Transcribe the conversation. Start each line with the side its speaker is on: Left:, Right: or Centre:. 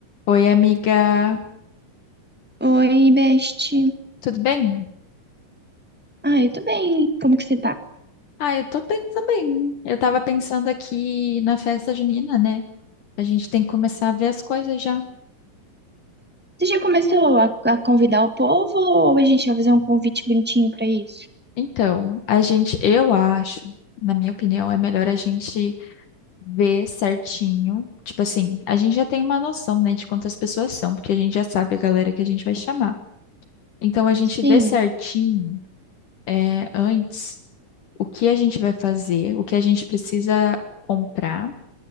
Left: Oi, amiga.
Centre: Oi, Best.
Left: Tudo bem?
Centre: Ah, eu tô bem. Como que você tá?
Left: Ah, eu tô bem também. Eu tava pensando aqui na festa junina, né? A gente tem que começar a ver as coisas já.
Centre: Você já começou a, a convidar o povo ou a gente vai fazer um convite bonitinho pra isso?
Left: Então, a gente, eu acho, na minha opinião, é melhor a gente ver certinho. Tipo assim, a gente já tem uma noção, né, de quantas pessoas são, porque a gente já sabe a galera que a gente vai chamar. Então, a gente
Centre: Sim,
Left: vê certinho, é, antes o que a gente vai fazer, o que a gente precisa comprar